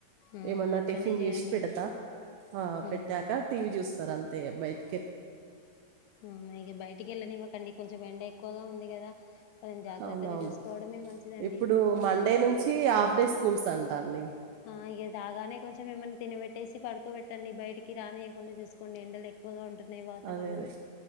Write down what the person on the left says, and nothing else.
ఉమ్
అట్లనే
చేయండి
ఉమ్
ఆ బయటికేళ్ళనివ్వకండి కొంచెం ఎండ ఎక్కువగా ఉంది కదా కొంచెం జాగ్రత్తగా
చూసుకోవడమే మంచిదండి
ఆ ఇగ రాగానే కొంచెం ఏమని తినబెట్టేసి పడుకోబెట్టండి బయటి కి రానియకుండా చూకోండి ఎండలు ఎక్కువగా ఉంట వాతావరణం